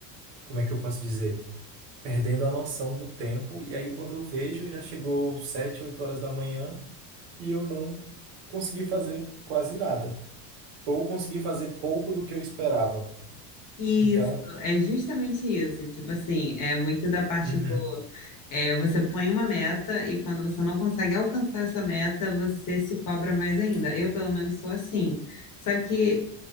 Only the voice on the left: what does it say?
Isso,
é justamente isso, tipo assim, é muito da parte
do É, você põe uma meta e quando você não consegue alcançar essa meta, você se cobra mais ainda. Eu, pelo menos, sou assim. Só que,